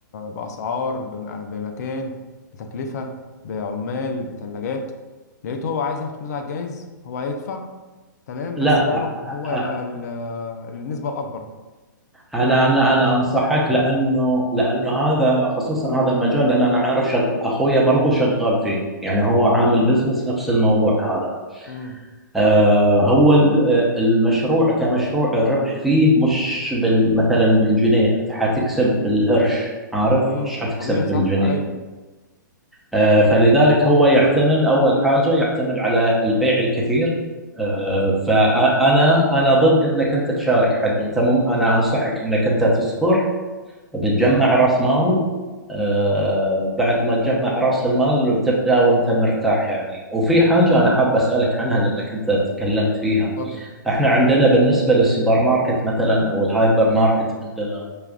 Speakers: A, on the left (about 55°); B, in the centre.
A: باسعار بم... بمكان بتكلفه بعمال بثلاجات لقيته هو عايز ياخد كل ده على الجاهز هو هيدفع تمام
B: لا
A: بس هو
B: أ-
A: هو هيبقى
B: أ-
A: ال... النسبه الاكبر
B: انا انا انا انصحك لانه لانه هذا خصوصا هذا المجال لان انا عارف شغ... اخويا برضو شغال فيه يعني هو عامل بزنس نفس الموضوع هذا
A: امم
B: آه، هو الب- آه، المشروع كمشروع الربح فيه مش بال مثلا بالجنيه انت حتكسب بالقرش عارف
A: امم
B: مش حتكسب
A: طبيعي
B: بالجنيه
A: صح ايوه
B: آه، فلذلك هو يعتمد اول حاجه يعتمد على البيع الكثير آه، فانا انا ضد انك انت تشارك حد انت مم انا انصحك انك انت تصبر بتجمع راس مال آه، بعد ما تجمع راس المال تبدا وانت مرتاح يعني وفي حاجه انا حاب اسالك عنها لانك انت تكلمت فيها
A: اتفضل
B: احنا عندنا بالنسبة للسوبر ماركت مثلا او الهايبر ماركت عندنا